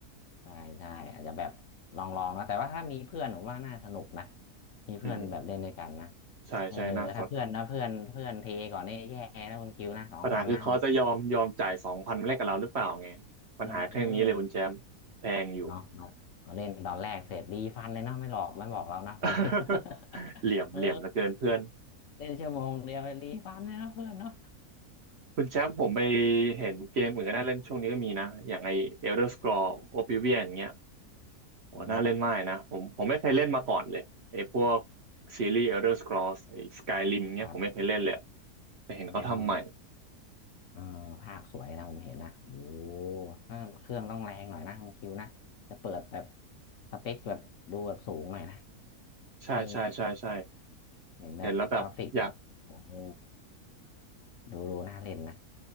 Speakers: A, on the left; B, on the right.
A: ใช่ใช่อาจจะแบบลองลองนะแต่ว่าถ้ามีเพื่อนผมว่าน่าสนุกนะมีเพื่อนแบบเล่นด้วยกันนะ
B: อืมใช่ใช่น่าสน
A: เออถ้าเพื่อนนะเพื่อนเพื่อนเทก่อนนี่แย่นะคุณคิวนะสองพันนะ
B: ปัญหาคือเขาจะยอมยอมจ่ายสองพันแรกกับเราหรือเปล่าไง
A: <laughs> คุณคิว
B: ปัญหาแค่นี้เลยคุณแชมป์แพงอยู่
A: เออเนาะมามาเล่นตอนแรกเสร็จรีฟันเลยเนาะไม่หลอกไม่บอกเรานะคุณพิม
B: <laughs>
A: <laughs>
B: เหลี่ยมเหลี่ยมเหลือเกินเพื่อน
A: เออเล่นชั่วโมงเดียวรีฟันเลยเนาะเพื่อนเนาะ
B: คุณแชมป์ผมไปเห็นเกมอื่นก็น่าเล่นช่วงนี้ก็มีนะอย่างไอ Elder Scrolls
A: <laughs>
B: Oblivion อย่างเงี้ยโหน่าเล่นมากนะผมผมไม่เคยเล่นมาก่อนเลยไอพวก
A: อืม
B: ซีรีส์ Elder Scrolls ไอ Skyrim เงี้ยผมไม่เคยเล่นเลย
A: ครับ
B: แต่เห็นเขาทำใหม่
A: อืมเออภาพสวยนะผมเห็นนะโอ้ถ้าเครื่องต้องแรงหน่อยนะคุณคิวนะจะเปิดแบบสเปคแบบดูแบบสูงหน่อยนะ
B: ใช่ใช่ใช่ใช่
A: เออเห็นแบบกราฟิกแบบโอ้โห
B: เห็นแล้วแบบอยาก
A: ดูดูน่าเล่นนะ